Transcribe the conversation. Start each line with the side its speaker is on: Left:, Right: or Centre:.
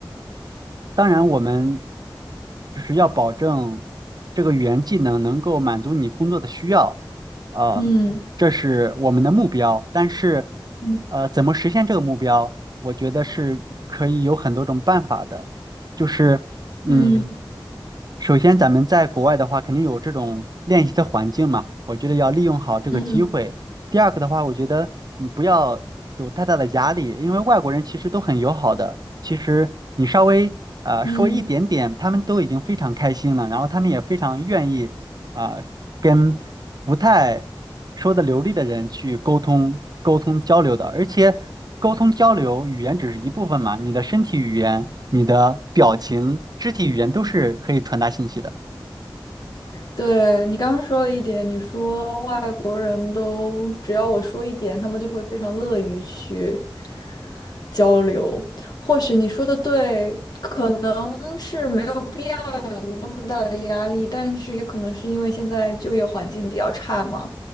Right: 当然，我们就是要保证这个语言技能能够满足你工作的需要，呃，
Left: 嗯
Right: 这是我们的目标。但是，
Left: 嗯
Right: 呃，怎么实现这个目标，我觉得是可以有很多种办法的。就是，嗯嗯，
Left: 嗯
Right: 首先，咱们在国外的话，肯定有这种练习的环境嘛，我觉得要利用好这个机会。
Left: 嗯嗯
Right: 第二个的话，我觉得嗯，不要有太大的压力，因为外国人其实都很友好的，其实你稍微啊、呃说一点点，
Left: 嗯
Right: 他们都已经非常开心了，然后他们也非常愿意啊、跟。不太说的流利的人去沟通、沟通交流的，而且沟通交流语言只是一部分嘛，你的身体语言、你的表情、肢体语言都是可以传达信息的。
Left: 对，你刚刚说了一点，你说外国人都只要我说一点，他们就会非常乐于去交流。或许你说的对，可能是没有必要有那么大的压力，但是也可能是因为现在就业环境比较差嘛。